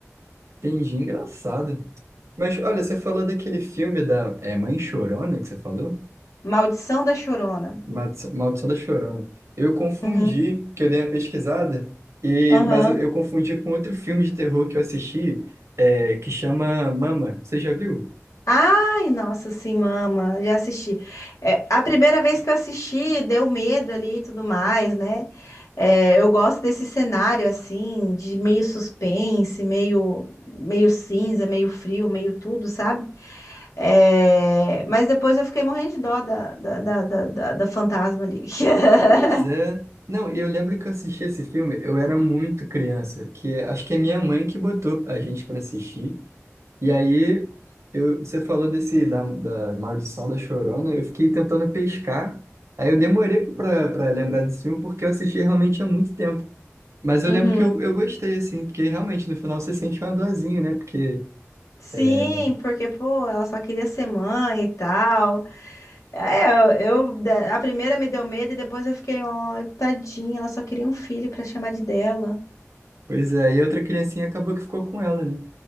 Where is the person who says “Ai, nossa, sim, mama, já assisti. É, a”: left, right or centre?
Left